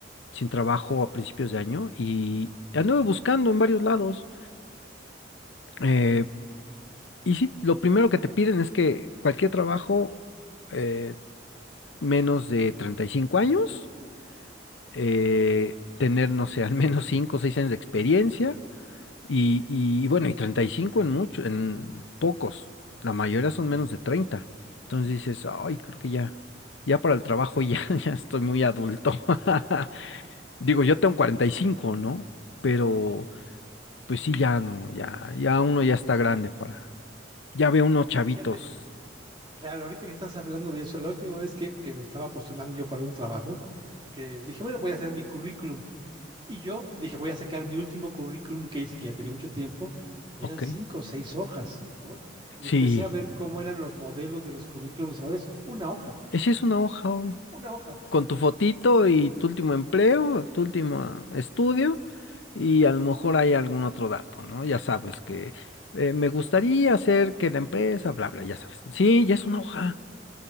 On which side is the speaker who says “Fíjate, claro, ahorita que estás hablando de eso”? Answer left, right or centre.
Right